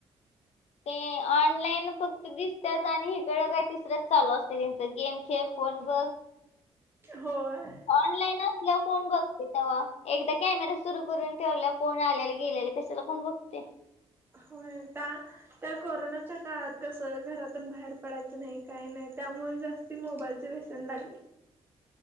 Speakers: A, on the left; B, on the right.
A: ते ऑनलाईन फक्त दिसतच आणि इकडं काय तिसरंच चालू असते त्यांचं गेम खेळ, फोन बघ
B: होय.
A: ऑनलाईन असल्या फोन बघते तेव्हा एकदा कॅमेरा सुरू करून ठेवला फोन आल्याला गेलेला कशे चला कोण बघते.
B: होय ता त्या कोरोनाच्या काळात कस घरातून बाहेर पडायचं नाही काही नाही त्यामुळे जास् ती मोबाईल व्यसन लागली.